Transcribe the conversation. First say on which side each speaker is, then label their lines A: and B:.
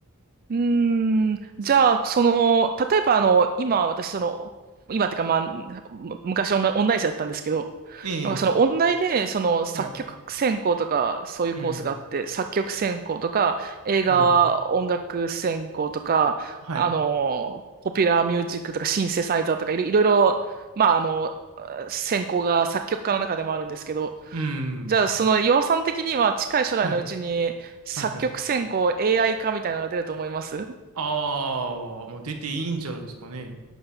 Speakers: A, on the right; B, on the right.
A: うーん、
B: そ、
A: じゃあ、その、例えばあの、今私その、今ってかまあ、む昔音楽、音大生だったんですけど、
B: ええ
A: なんかその音大で、その作曲専攻とか、
B: はい。
A: そういうコースがあって、
B: うん、
A: 作曲専攻とか、映画音楽専攻とか、
B: うん、はい。
A: あの、ポピュラーミュージックとか、シンセサイザーとか、いろいろいろ、まああの、専攻が作曲家の中でもあるんですけど、
B: うん、
A: じゃあその岩尾さん的には近い将来のうちに作曲専攻
B: はい、はい、はい。
A: AI 化みたいなのが出ると思います
B: ああ、まあ出ていいんじゃないですかね。